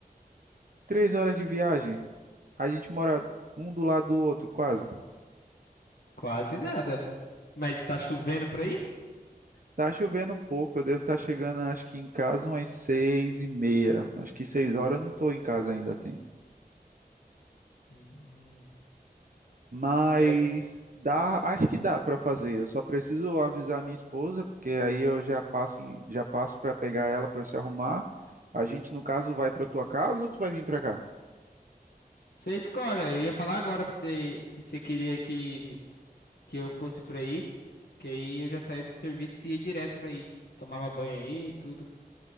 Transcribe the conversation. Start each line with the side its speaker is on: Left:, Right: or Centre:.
Right: três horas de viagem. A gente mora um do lado do outro, quase.
Left: Quase nada. Mas está chovendo por aí?
Right: Tá chovendo um pouco, eu devo estar chegando, acho que em casa umas seis e meia. Acho que seis horas eu não estou em casa ainda a tempo.
Left: Hum, hum.
Right: Mas
Left: Mas
Right: dá, acho que dá para fazer. Eu só preciso avisar minha esposa, porque aí eu já passo, em- já passo para pegar ela para se arrumar. A gente, no caso, vai para tua casa ou tu vai vir para cá?
Left: você escolhe, eu ia falar agora pra você se você queria que que eu fosse pra aí, que aí eu já saía do serviço e ia direto pra aí. Tomava banho aí e tudo.